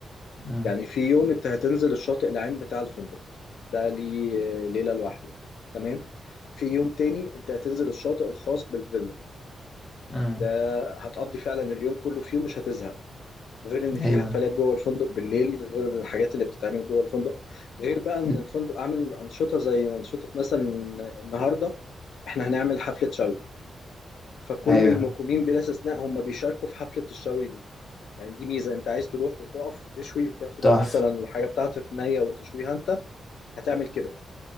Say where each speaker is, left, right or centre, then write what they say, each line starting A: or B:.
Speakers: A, on the left; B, on the left.
A: امم
B: يعني في يوم انت هتنزل الشاطئ العام بتاع الفندق ده ليه ليله لوحده تمام في يوم تاني انت هتنزل الشاطئ الخاص بالفيلا
A: امم
B: ده هتقضي فعلا اليوم كله فيه مش هتزهق غير ان في
A: أيوه
B: حفلات جوه الفندق بالليل غير الحاجات اللي بتتعمل جوه الفندق غير بقى ان
A: إن-
B: الفندق عامل انشطه زي انشطه مثلا النهارده احنا هنعمل حفله شاول فكل
A: أيوه
B: المقيمين بلا استثناء هم بيشاركوا في حفلة الشوي دي يعني دي ميزة انت عايز تروح وتقف وتشوي وتاخد
A: تحفة
B: مثلا الحاجة بتاعتك نية وتشويها انت هتعمل كده